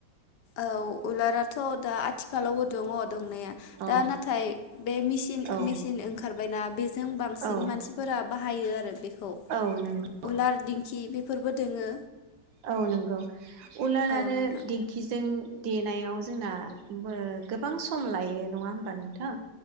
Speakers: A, on the left (about 70°); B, on the right (about 80°).
A: औ उलाराथ' दा आथिखालावबो दङ दंनाया
B: औ
A: दा नाथाय बे मेसिन
B: औ
A: मेसिन ओंखारबायना बेजों बांसिन
B: औ
A: मानसिफोरा बाहायो आरो बेखौ
B: औ नंगौ
A: उलार दिंखि बेफोरबो दोङो
B: औ औ नंगौ उलार
A: औ
B: आरो
A: नोंथां
B: दिंखिजों देनायाव जोंना ओ गोबां सम लायो नङा होमबा नोंथां